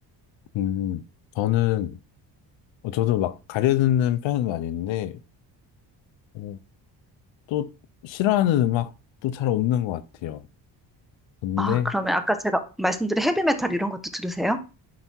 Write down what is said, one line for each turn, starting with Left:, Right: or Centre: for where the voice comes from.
Left: 음, 저는, 어, 저도 막 가려듣는 편은 아닌데, 어, 또 싫어하는 음악도 잘 없는 것 같아요. 근데,
Centre: 아, 그러면 아까 제가 말씀드린 헤비메탈 이런 것도 들으세요?